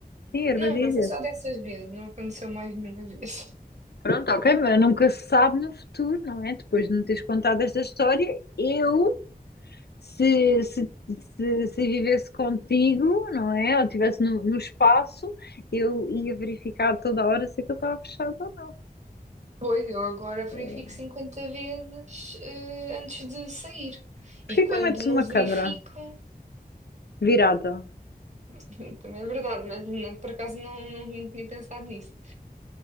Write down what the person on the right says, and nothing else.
Não, não foi só dessas vezes, não aconteceu mais nenhuma vez. <laughs>
Pois, eu agora verifico
50 vezes, eh, antes de sair.
E quando
não
verifico.
<laughs> Também é verdade, mas não, por acaso não, não, não tinha pensado nisso.